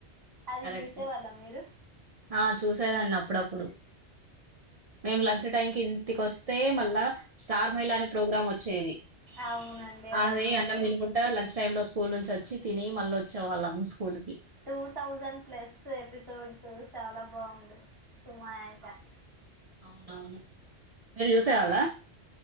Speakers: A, on the right; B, on the right.
A: అది
B: కరెక్ట్
A: చూసే వాళ్ళ మీరు?
B: ఆ చూసేదాన్ని అప్పుడప్పుడు మేము లంచ్ టైమ్కి ఇంటికి వస్తే మళ్ళా స్టార్ మహిళ అనే ప్రోగ్రాం వచ్చేది
A: అవునండి అదైతే
B: అది అన్నం తినుకుంట లంచ్ టైమ్ లో స్కూల్ నుంచి వచ్చి తిని మళ్ళ వచ్చె వాళ్ళము స్కూల్కి
A: టూ థౌసండ్ ప్లస్ ఎపిసోడ్స్ చాలా బాగుంది సుమయంకర్
B: అవును మీరు చూసేవాళ్ల